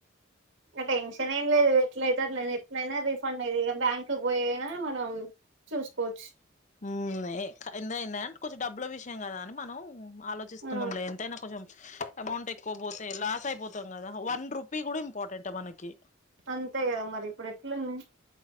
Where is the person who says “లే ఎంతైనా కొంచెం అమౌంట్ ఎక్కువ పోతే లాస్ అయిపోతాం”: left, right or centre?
Left